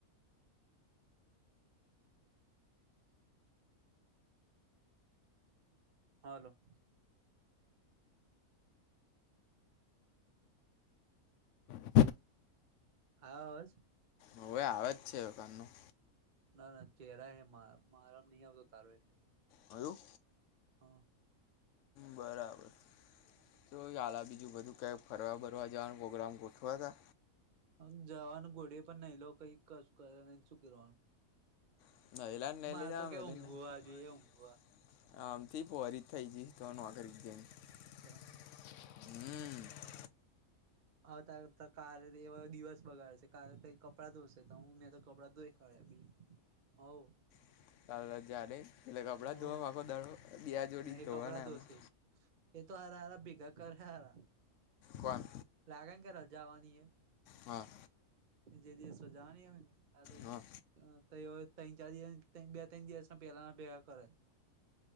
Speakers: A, on the right; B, on the left.
A: હાલો
B: હાલો
A: આવે અવાજ
B: હવે આવે જ છે કાનનું
A: ના ના ચહેરા હે માં મારામાં નહિ આવતો તારો એટલે
B: હજુ
A: હા
B: બરાબર તો ચાલે બીજું બધું કેક ફરવા બરવા જવાનો પ્રોગ્રામ ગોઠવાતા
A: હ જવાનું ઘોડે પણ નહી લો કઈ કશું કર નહી શું કરવાનું
B: <unintelligible>
A: મારે તો કે ઊંઘવા જોઈએ ઊંઘવા
B: આમથી પોરી થઇ તો ન આ કરી <unintelligible>
A: તો
B: હમ
A: હ ત કાલે એવા દિવસ બગાડશે કલે કઈ કપડાં ધોશે તો હું મેં તો કપડા ધોઈ ફળ્યા બી હવ
B: <unintelligible> જડે એટલે કપડા ધોવા
A: હવ
B: માખ દાડો બે જોડી
A: એ
B: ધોવાના
A: કપડાં
B: એમાં
A: ધોશે એ તો હાર હાર ભેગા કર હે હાર
B: કોણ
A: લાગે ને કે રજા આવાની હે
B: હા
A: જે દિવસે રજા ની હોય તો
B: હા
A: તો એ ત્રણ ચાર દિવસ બે ત્રણ દિવસમાં પેલાના ભેગા કરે